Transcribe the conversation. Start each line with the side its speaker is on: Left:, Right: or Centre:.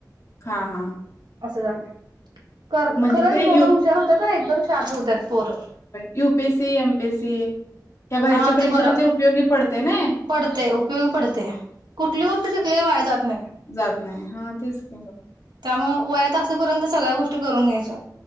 Left: हां हा
Right: असं झालं
Left: म्हणजे
Right: खरंच
Left: ते
Right: मुलं हुशार होत्यात हा एकदम शार्प होत्यात पोर
Left: U P S C, M P S C या बाहेरच्या
Right: हा
Left: परीक्षणा
Right: बरं
Left: ते उपयोगी पडतय नय.
Right: पडतय उपयोगी पडतय कुठली गोष्ट शिकलेली वाया जात नाय.
Left: जात नाय हा तेच की म
Right: त्यामुळ वयात असेपर्यंत सगळ्या गोष्टी करून घ्यायच्या